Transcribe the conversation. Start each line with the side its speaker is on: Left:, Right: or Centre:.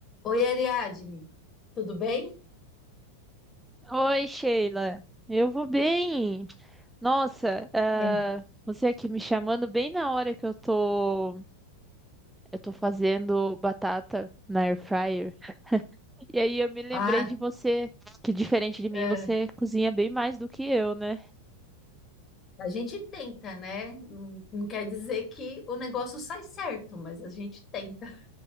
Left: Oi, Ariadne, tudo bem?
Centre: Oi, Sheila. Eu vou bem. Nossa, ah,
Left: É.
Centre: você aqui me chamando bem na hora que eu tô, eu tô fazendo batata na air fryer. E aí eu me lembrei
Left: Ah,
Centre: de você, que diferente de mim,
Left: É.
Centre: você cozinha bem mais do que eu, né?
Left: A gente tenta, né? Não não quer dizer que o negócio sai certo, mas a gente tenta.